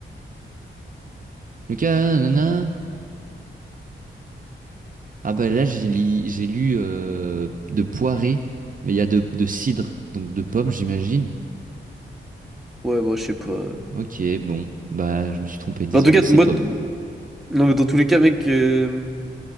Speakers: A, on the right (about 40°); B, in the centre.
A: Lucas, nanana. Ah, bah là, j'ai li- j'ai lu euh, de poirée, mais il y a de, de cidre, donc de pommes, j'imagine.
B: Ouais, moi je sais pas.
A: Ok, bon, bah, je me suis trompé, désolé,
B: Mais en tout cas,
A: c'est
B: moi,
A: pomme.
B: t- non mais dans tous les cas, mec, euh,